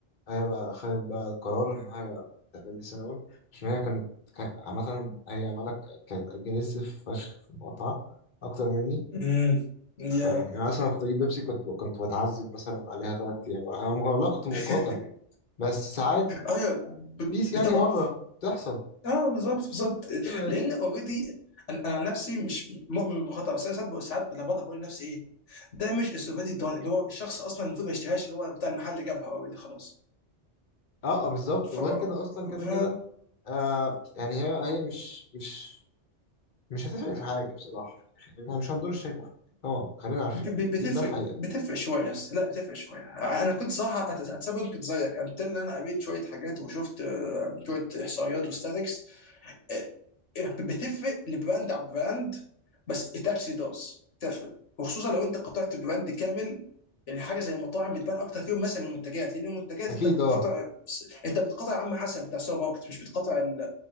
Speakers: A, on the left; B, on the left.
A: هي بقى خدت بقى القرار ان هي تعمل لي سينابون عشان هي كانت كان- عامه هي مالك كانت اجريسيف فشخ في المقاطعه اكتر مني
B: امم يا
A: فيعني انا اصلا كنت اجيب بيبسي كنت كنت بتعذب مثلا عليها ثلاث ايام انا م- والله كنت مقاطع
B: <laughs>
A: بس ساعات
B: ايوه ب-
A: بيس
B: بتضعف
A: يعني مره بتحصل
B: اه بالظبط بالظبط
A: مشكله يعني
B: لان اوريدي انا انا عن نفسي مش مؤمن بالخطا بس انا ساعات بقول- ساعات لما بضحك بقول لنفسي ايه ده مش السوفيتي الدون اللي هو الشخص اصلا المفروض ما يشتريهاش اللي هو بتاع المحل جابها اوريدي خلاص
A: اه آه، بالظبط
B: ف
A: وغير كده اصلا كده
B: ف
A: كده آه يعني هي هي مش مش مش هتفرق في حاجه بصراحه يعني احنا مش هندور الشركه في حاجه طبعا خلينا عارفين
B: ب- ب- بتفرق
A: دي ده الحقيقه
B: بتفرق شويه بس لا بتفرق شويه انا كنت صراحه أت- اتسبب كنت زيك انت اللي انا قريت شويه حاجات وشفت آه، شويه احصائيات وستاتكس آه، بتفرق لبراند عن براند بس ات اكشلي داز تفرق وخصوصا لو انت قطعت براند كامل يعني حاجه زي المطاعم بتبان اكتر فيهم مثلا من المنتجات لان المنتجات
A: اكيد
B: انت بتقطع
A: اه
B: انت بتقطع عم حسن بتاع سوبر ماركت مش بتقطع ال-